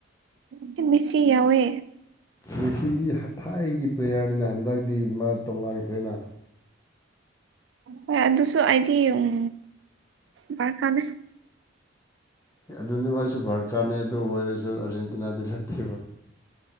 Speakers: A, on the right; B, on the left.
A: ꯇꯤ ꯃꯦꯁꯤ ꯌꯥꯎꯋꯦ
B: ꯃꯦꯁꯤꯗꯤ ꯍ ꯊꯥꯏꯒꯤ ꯄ꯭ꯂꯦꯌꯔꯅꯤꯅ ꯍꯟꯗꯛꯇꯤ ꯃꯥ ꯇꯣꯉꯥꯟꯈ꯭ꯔꯦꯅꯥ
A: ꯍꯣꯏ ꯑꯗꯨꯁꯨ ꯑꯩꯗꯤ ꯎꯝ ꯕꯥꯔꯀꯥꯅꯦ
B: ꯑꯗꯨꯅꯦ ꯃꯥꯏꯁꯨ ꯚꯔꯀꯥꯔꯅꯦ ꯑꯗꯨ ꯑꯣꯏꯔꯁꯨ ꯑꯥꯔꯖꯦꯟꯇꯤꯅꯥꯗꯤ ꯅꯠꯇꯦꯕ